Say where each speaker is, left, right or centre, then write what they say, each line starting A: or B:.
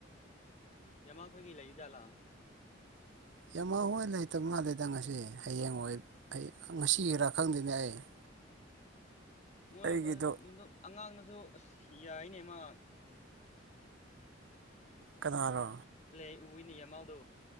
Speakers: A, on the left; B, on the right.
A: ꯌꯦꯃꯥꯈꯣꯏꯒꯤ ꯂꯩ ꯖꯥꯠꯂꯥ
B: <inaudible> ꯌꯥꯝ ꯃꯍ ꯍꯣꯏ ꯂꯩꯇꯕ ꯃꯥꯜꯂꯦꯗ ꯉꯁꯤ ꯍꯌꯦꯡ ꯍ ꯉꯁꯤꯒꯤꯔ ꯈꯪꯗꯦꯅꯦ ꯑꯩ <inaudible>
A: ꯃꯣꯏ
B: ꯑꯩꯒꯤꯗꯣ
A: ꯑꯉꯥꯡꯅꯁꯨ ꯑꯁ ꯌꯥꯏꯅꯦ ꯃꯥ
B: ꯀꯅꯥꯅꯣ
A: ꯄꯂꯦ ꯎꯅꯤ ꯌꯥꯃ ꯑꯣꯗ